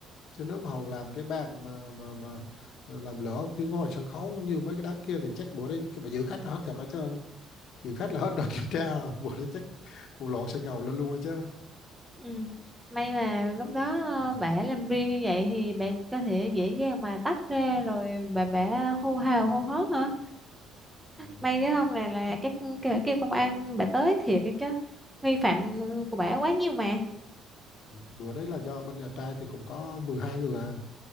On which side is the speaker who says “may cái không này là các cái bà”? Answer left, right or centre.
Centre